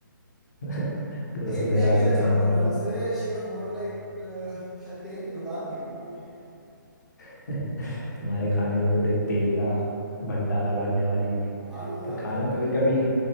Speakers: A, on the left; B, in the centre.
A: <laughs> ग्रोसरी
B: लेट
A: बाजार
B: नहीं कहना
A: से
B: चाहूंगा
A: तुम्हारी
B: मैं
A: मेड
B: उसे शी वॉज मोर लाइक शायद तेल की दुकान थी उनकी
A: <laughs> तुम्हारे खाने पे पूरे तेल का भंडार भरने वाली
B: आलू याद
A: पर
B: है
A: खाना
B: तुम्हें
A: कभी कभी